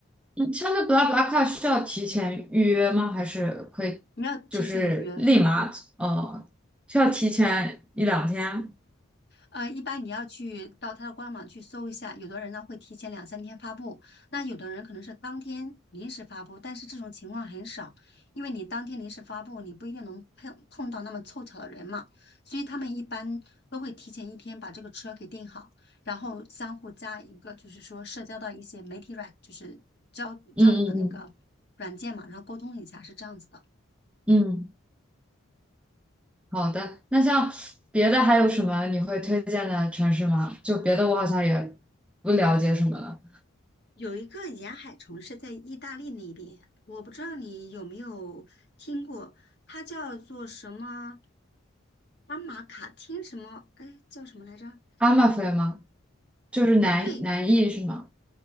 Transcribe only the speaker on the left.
你要提前预约。
呃，一般你要去到他的官网去搜一下，有的人呢会提前两三天发布，那有的人可能是当天临时发布，但是这种情况很少，因为你当天临时发布，你不一定能碰碰到那么凑巧的人嘛，所以他们一般都会提前一天把这个车给订好，然后相互加一个就是说社交到一些媒体软，就是交交流的那个
软件嘛，然后沟通一下，是这样子的。
有一个沿海城市在意大利那边，我不知道你有没有听过，它叫做什么阿马卡汀什么？哎，叫什么来着？
对，